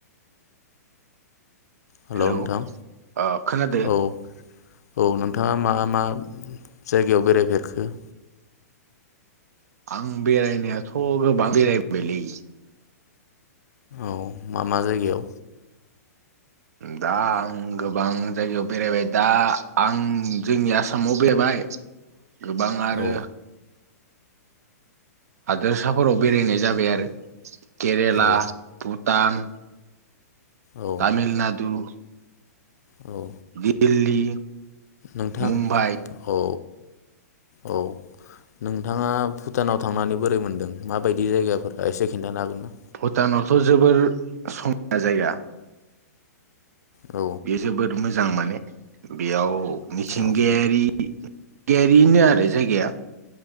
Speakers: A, on the left (about 70°); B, on the right (about 65°).
A: हेल'
B: हेलौ
A: नोंथां
B: ओ खोनादो?
A: औ औ नोंथाङा मा मा जायगायाव बेरायफेरखो?
B: आं बेरायनायाथ गोबां बेरायबोबायलै।
A: औ मा मा जायगायाव
B: दा आं गोबां जायगायाव बेरायबाय दा आं जोंनि आसामाव बेरायबाय। गोबां आरो
A: औ
B: हादोरसाफोराव बेरायनाय जाबाय आरो। केरेला,
A: औ
B: भुटान।
A: औ
B: तामिलनाडु
A: औ
B: दिल्ली
A: नोंथां
B: मुम्बाइ
A: औ। औ नोंथाङा भुटानाव थांनानै बोरै मोनदों माबायदि जायगाफोरा एसे खिन्थानो हागोन ना?
B: भुटानावथ' जोबोर समायना जायगा।
A: औ
B: बे जोबोर मो जों माने बेयाव मिथिंगायारि
A: औ
B: <unintelligible> आरो जायगाया।